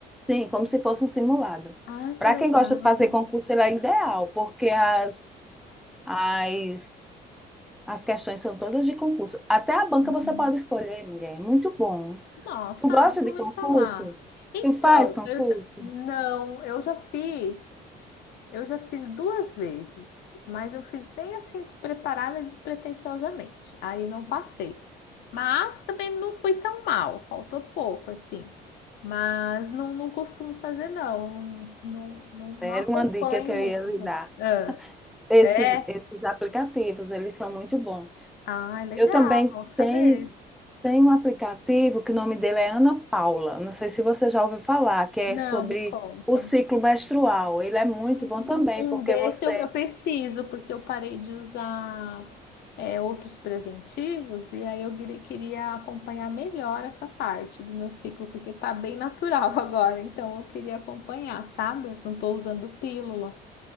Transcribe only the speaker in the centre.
Sim, como se fosse um simulado.
Para
quem gosta de fazer concurso, ele é ideal, porque as, as, as questões são todas de concurso. Até a banca
você pode escolher, mulher. É Muito bom.
Tu gosta
de
concurso?
Tu faz concurso?
Era
uma dica que eu
ia lhe dar.
Esses,
esses aplicativos, eles são muito bons.
Eu também
tenho, tenho um aplicativo que o nome dele é Ana Paula. Não sei se você já ouviu falar, que é
sobre
o ciclo menstrual. Ele é muito
bom também,
porque
você